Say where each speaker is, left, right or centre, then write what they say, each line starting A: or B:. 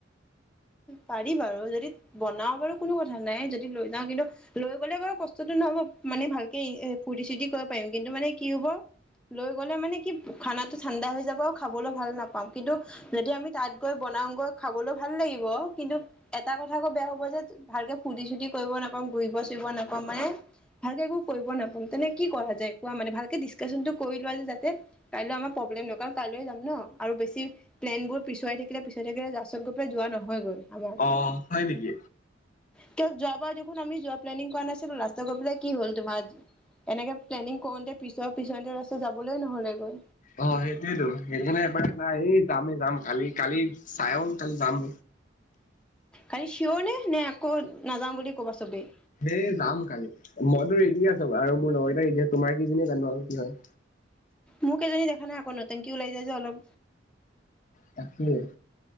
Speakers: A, in the centre; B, on the left (about 45°).
A: পাৰি বাৰু যদি বনাও বাৰু কোনো কথা নাই যদি লৈ যাও কিন্তু লৈ গলে বাৰু কষ্টতটো নহব মানে ভালকে ফূুৰ্তি চূুৰ্তি কৰিব পাৰিম কিন্তু মানে কি হ'ব লৈ গলে মানে কি খানাটো ঠাণ্ডা হৈ যাব খাবলৈ ভাল নাপাম কিন্তু যদি আমি তাত গৈ বনাও গৈ খাবলৈ ভাল লাগিব। কিন্তু এটা কথা কৌ বেয়া হব যে ভালকে ফু্তি চুতি কৰিব ন ম ঘূৰিব চুৰিব নাপম মানে। ভালকে একো কৰিব নাপাম তেনেকে কি কৰা যায় কোৱা মানে ভালকে ডিছকাশচন টো কৰি লোৱা যে যাতে কাইলৈ আমাৰ প্ৰব্লেম ন কাৰণ কাইলৈ যাম ন আৰু বেছি প্লেন বোৰ পিছুৱাই থাকিলে পিছুৱ থাকিলে জাচ গ যোৱা নহয় হয় গৈ আমাৰ
B: অ হয় নেকি
A: কিয় যোৱাবাৰ দেখোন আমি যোৱা প্লানিং কৰা নাছিলো ল। গৈ পেলাই কি হ'ল তোমাৰ এনেকে প্লেনিং কৰোতে পিছৰ পিছ ৰাস্তা যাবলৈ নহলেগৈ।
B: অ সেইটোয়েতো সেইকাৰণে এবাৰ নাই এই যামেই যাম কালি কালি চাইওঁ কালি যাম।
A: খালি চিঞৰ নে নে আকৌ নাযাওঁ বুলি ক'বা চবেই।
B: এই যাম কালি মইতো ৰেডি আছো আৰু মোৰ নগটা ৰেডি আছো। তোমাৰ কিজনে জানো আৰু কি হয়।
A: মোক এজনী দেখা নাই আকৌ নতুন কি ওলাই যায় যে অলপ।
B: তাকিলে।